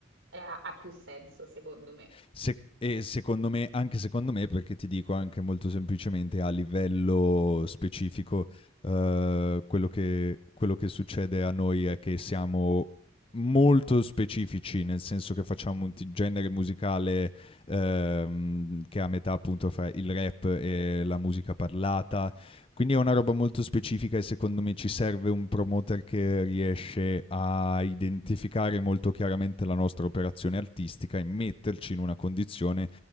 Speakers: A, on the right; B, on the left.
A: eh, ha ha più senso, secondo me.
B: Se- e secondo me, anche secondo me, perché ti dico anche molto semplicemente a livello specifico, eh, quello che, quello che succede a noi è che siamo molto specifici, nel senso che facciamo un ti- genere musicale ehm, che è a metà appunto fra il rap e la musica parlata, quindi è una roba molto specifica e secondo me ci serve un promoter che riesce a identificare molto chiaramente la nostra operazione artistica e metterci in una condizione